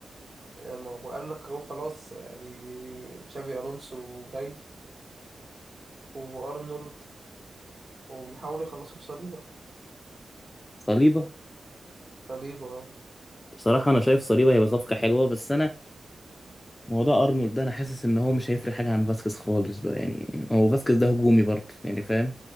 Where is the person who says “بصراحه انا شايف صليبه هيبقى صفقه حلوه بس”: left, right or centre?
Left